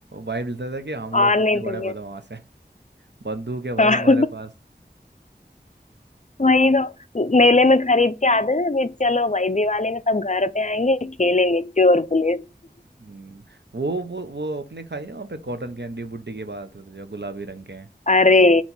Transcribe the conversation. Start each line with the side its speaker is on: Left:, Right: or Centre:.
Right: वाइब लेते थे कि हम
Left: और
Right: लोग कितने
Left: नहीं
Right: बड़े
Left: तो क्या
Right: बदमाश हैं <laughs> बंदूक है भाई
Left: हाँ,
Right: हमारे पास
Left: वही तो मेले में खरीद के आते थे फिर चलो भाई दिवाली में सब घर पे आएंगे खेलेंगे चोर पुलिस
Right: हम्म वो वो वो अपने खाई है वहाँ पे कॉटन कैंडी बुड्डी के बाद आते थे जो गुलाबी रंग के हैं
Left: अरे